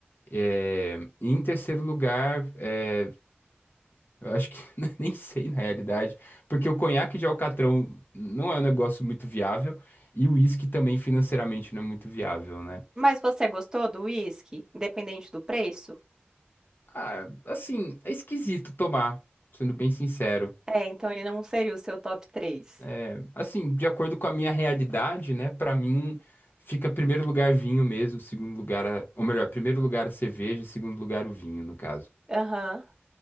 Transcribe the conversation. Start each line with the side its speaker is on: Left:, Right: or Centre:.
Left: é, e em terceiro lugar, é, eu acho que <laughs> nem sei na realidade, porque o conhaque de Alcatrão não é um negócio muito viável e o uísque também financeiramente não é muito viável, né?
Right: Mas você gostou do whisky, independente do preço?
Left: Ah, assim, é esquisito tomar, sendo bem sincero.
Right: É, então ele não seria o seu top três.
Left: É, assim, de acordo com a minha realidade, né? Pra mim, fica primeiro lugar vinho mesmo, segundo lugar, a- ou melhor, primeiro lugar a cerveja, segundo lugar o vinho, no caso.
Right: Aham.